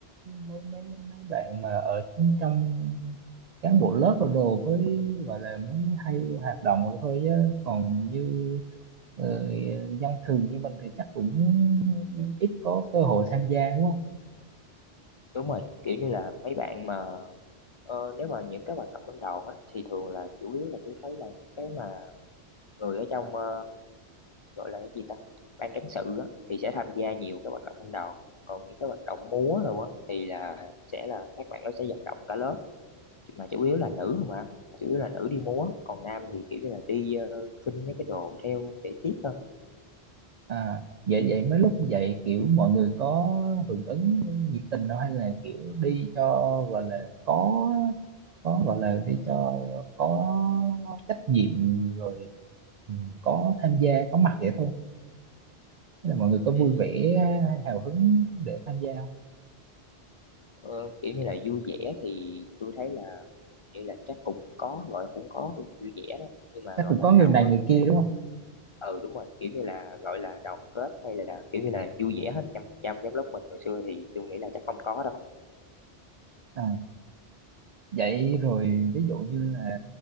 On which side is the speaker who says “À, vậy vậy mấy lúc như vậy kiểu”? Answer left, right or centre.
Right